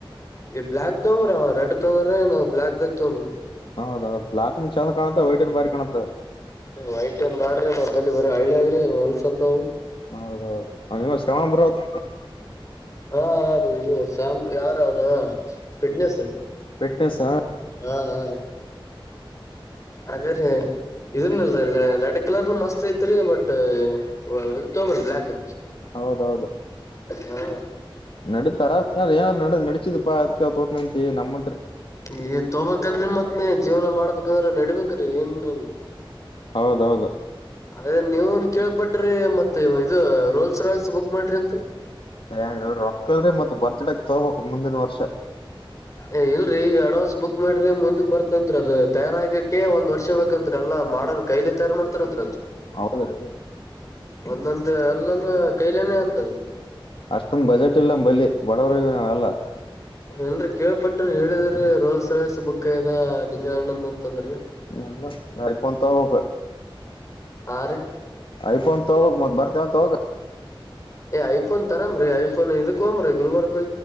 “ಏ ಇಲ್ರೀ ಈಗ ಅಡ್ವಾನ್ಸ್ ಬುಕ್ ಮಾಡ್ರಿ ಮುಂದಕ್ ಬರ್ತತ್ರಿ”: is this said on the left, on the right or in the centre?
Left